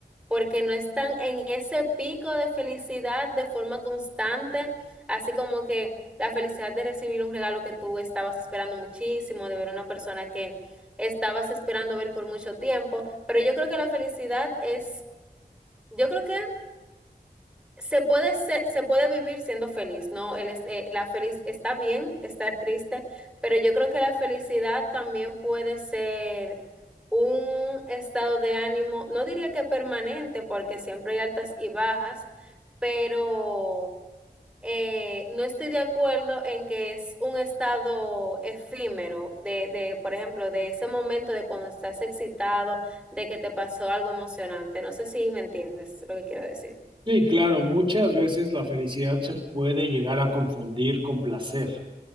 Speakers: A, in the centre; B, on the right.
A: porque no están en ese pico de felicidad de forma constante, así como que... La felicidad de recibir un regalo que tú estabas esperando muchísimo, de ver a una persona que estabas esperando ver por mucho tiempo, pero yo creo que la felicidad es, yo creo que se puede se, se puede vivir siendo feliz, ¿no? El, es- eh, la feliz está bien estar triste, pero yo creo que la felicidad también puede ser un estado de ánimo, no diría que permanente, porque siempre hay altas y bajas, pero eh, no estoy de acuerdo en que es un estado efímero de, de, por ejemplo, de ese momento de cuando estás excitado, de que te pasó algo emocionante. No sé si me entiendes lo que quiero decir.
B: Sí, claro, muchas veces la felicidad se puede llegar a confundir con placer.